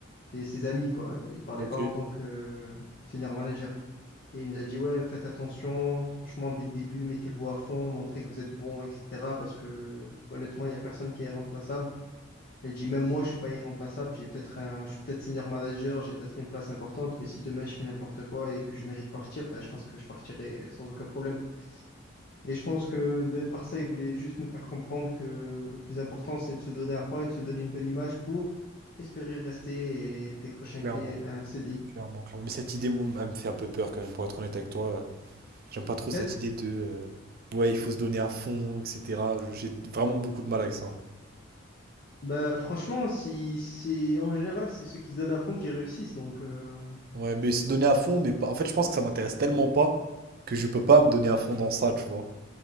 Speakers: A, on the left; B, on the right.
A: ses, ses amis, quoi. Il parlait
B: Ok.
A: pas en tant que senior manager. Et il nous a dit, ouais, faites attention, franchement, dès le début, mettez-vous à fond, montrez que vous êtes bon, etc. Parce que honnêtement, il n'y a personne qui est irremplaçable. Il dit, même moi, je suis pas irremplaçable, j'ai peut-être un, je suis peut-être senior manager, j'ai peut-être une place importante, mais si demain je fais n'importe quoi et que je mérite de partir, ben, je pense que je partirai sans aucun problème. Et je pense que de- par ça, il voulait juste nous faire comprendre que le plus important, c'est de se donner à fond et de se donner une bonne image pour espérer rester et décrocher un
B: Clairement,
A: clé, un CDI.
B: clairement, clairement. Mais cette idée, moi, elle me fait un peu peur quand même, pour être honnête avec toi. Euh, J'aime pas trop
A: 7
B: cette idée de euh, ouais, il faut se donner à fond, etc. J'ai vraiment beaucoup de mal avec ça.
A: Bah, franchement, si, c'est, en général, c'est ceux qui se donnent à fond qui réussissent. Donc, euh,
B: Ouais, mais se donner à fond, mais pas... en fait, je pense que ça m'intéresse tellement pas que je peux pas me donner à fond dans ça, tu vois.